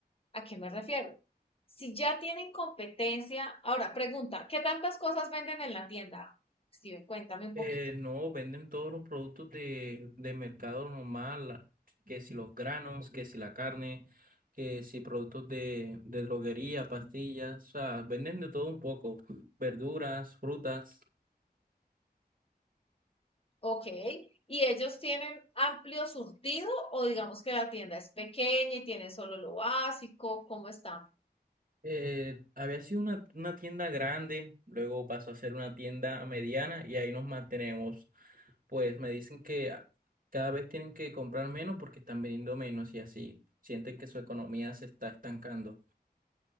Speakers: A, on the left; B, on the right.
A: ¿A qué me refiero? Si ya tienen competencia, ahora pregunta, ¿qué tantas cosas venden en la tienda? Steven, cuéntame un poquito.
B: Eh, no, venden todos los productos de, de mercado normal, la- que si los granos, que si la carne, que si productos de, de droguería, pastillas, o sea, venden de todo un poco, verduras, frutas.
A: Ok, ¿y ellos tienen amplio surtido o digamos que la tienda es pequeña y tienen solo lo básico? ¿Cómo están?
B: Eh, había sido una, una tienda grande, luego pasó a ser una tienda mediana y ahí nos mantenemos. Pues me dicen que a- cada vez tienen que comprar menos porque están vendiendo menos y así sienten que su economía se está estancando.